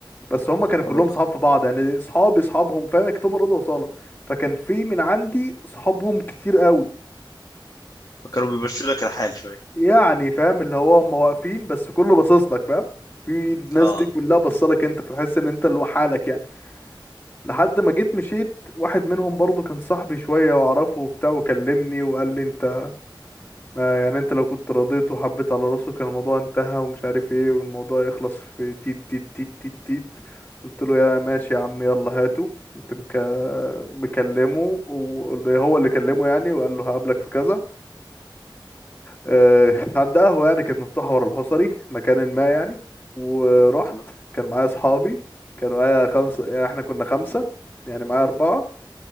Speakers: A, on the left; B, on the left.
A: بس هم كانوا
B: حول
A: كلهم
B: ولا
A: صحاب
B: قوه
A: في بعض يعني اصحابي اصحابهم فاهم اكتوبر اوضه وصاله فكان في من عندي صحابهم كتير قوي
B: فكانوا بيمشوا لك الحال شويه
A: يعني فاهم اللي هو هم واقفين بس كله باصص لك فاهم في الناس
B: اه
A: دي كلها بصلك انت فتحس ان انت لوحدك يعني لحد ما جيت مشيت واحد منهم برضو كان صاحبي شوية واعرفه وبتاع وكلمني وقال لي انت ما يعني انت لو كنت رضيت وحبيت على راسه كان الموضوع انتهى ومش عارف ايه والموضوع يخلص في تيت تيت تيت تيت تيت قلت له يا ماشي يا عم يلا هاته انت مك... مكلمه وهو اللي كلمه يعني وقال له هقابلك في كذا آه، عند قهوة يعني كانت مفتوحة ورا الحصري مكان ما يعني ورحت
B: <laughs>
A: كان معايا أصحابي كانوا معايا خمسة يعني احنا كنا خمسة يعني معايا أربعة